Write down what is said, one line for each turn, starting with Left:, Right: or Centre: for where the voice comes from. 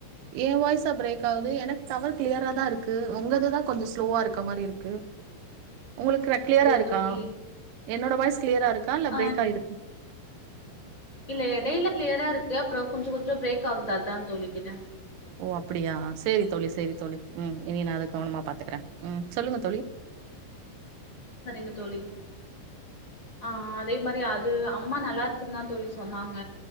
Right: என் வாய்ஸா பிரேக்காகுது எனக்கு டவர் கிளியரா தா இருக்கு. உங்களதுதா கொஞ்சோ ஸ்லோவா இருக்க மாரி இருக்கு. உங்களுக்கு கிளியரா
Left: அப்டியா
Right: இருக்கா
Left: தோழி
Right: என்னோட வாய்ஸ் கிளியராருக்கா இல்ல
Left: ஆ
Right: பிரேக் ஆயிருக் <inaudible>
Left: இல்ல எடையில கிளியராருக்கு அப்புறோ கொஞ்சே கொஞ்சோ பிரேக்காகுது அதான் தோழி கேட்டே
Right: ஓ அப்படியா சேரி தோழி சேரி தோழி ம் இனி நா அத கவனமா பாத்துக்கறே ம் சொல்லுங்க தோழி.
Left: சரிங்க தோழி ஆ ஆ அதே மாரி அது அம்மா நல்லா இருக்குன்னு தான் தோழி சொன்னாங்க.